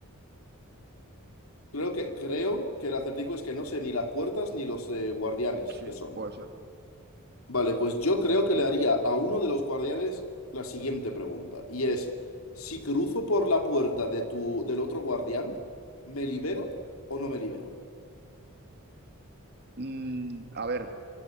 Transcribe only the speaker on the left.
Creo que, creo que el acertijo es que no sé ni las puertas ni los eh, guardianes
que son.
Vale, pues yo creo que le haría a uno de los guardianes la siguiente pregunta. Y es, si cruzo por la puerta de tu, del otro guardián, ¿me libero o no me libero?